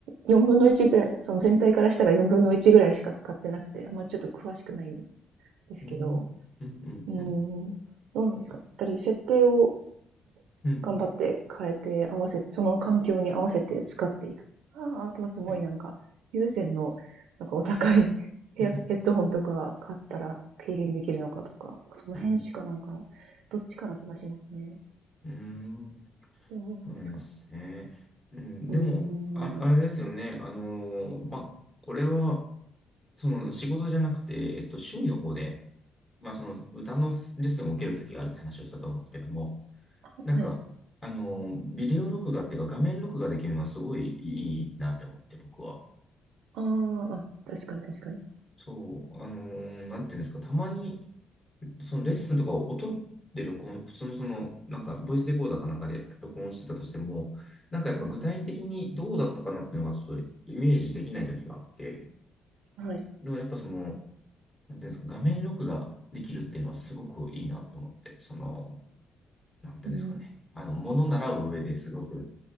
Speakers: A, on the right (about 80°); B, on the left (about 25°).
A: 1/4ぐらい、その全体からしたら1/4ぐらいしか使ってなくて、あんまちょっと詳しくないんですけど、
B: うん。うんうんうん。
A: うーん、どうなんですかね。やっぱり設定を
B: うん。
A: 頑張って変えて合わせ、その環境に合わせて使っていく。ああとはすごいなんか、
B: はい。
A: 有線の、なんかお高い <laughs> ヘアヘッドホンとか買ったら軽減できるのかとか、
B: うん
A: その辺しかなんか、
B: うん。うん。
A: どっちかな気がしますね。
B: うーん
A: どうなんですかね。
B: そうなんですね。うん、
A: うーん。
B: でも、あ、あれですよね。あのーまあ、これは、その仕事じゃなくて、えっと、趣味の方で、まあ、その歌のレッスンを受けるときがあるって話をしたと思うんですけども、
A: はい。
B: なんか、あのービデオ録画っていうか、画面録画できるのはすごいいいなって思って、僕は。
A: ああ、確かに確かに。
B: そう、あのーなんていうんですか、たまにそのレッスンとかを音で録音、普通のその、なんか、ボイスレコーダーかなんかで録音してたとしても、なんかやっぱ具体的にどうだったかなっていうのがちょっとイメージできない時があって、
A: うん。はい。
B: でもやっぱその、なんていうんですか、画面録画できるっていうのはすごくいいなって思って、その、なんていうんですかね、
A: うん。
B: あの、もの習う上ですごく、